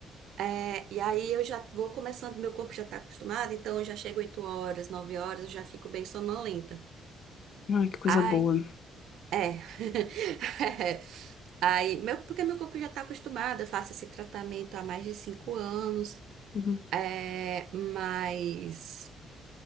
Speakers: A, on the right (about 80°); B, on the left (about 60°).
A: É, e aí eu já vou começando, meu corpo já está acostumado, então eu já chego 8 horas, 9 horas, eu já fico bem sonolenta.
B: Ai, que coisa
A: Ai,
B: boa.
A: é. <laughs> Aí, meu, porque meu corpo já está acostumado, eu faço esse tratamento há mais de 5 anos,
B: Uhum,
A: é, mas